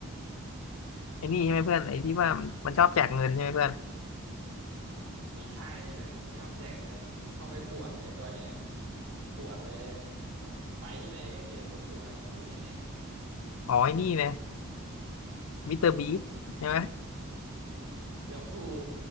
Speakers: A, on the left; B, on the right.
A: ไอ้นี่ใช่ไหมเพื่อนไอ้ที่ว่ามันชอบแจกเงินใช่ไหมเพื่อน
B: มีใช่เพื่อนไม่ชอบแจกเงินมันชอบไปป่วนในตัวเนี่ยมันป่วนเลยอ่ะแบบไปที่ไหนก็มีแต่คนซวยอ่ะพูดแค่เนี้ย
A: อ๋อไอ้นี่นะ มิสเตอร์บีนใช่ไหม
B: เกือบถูก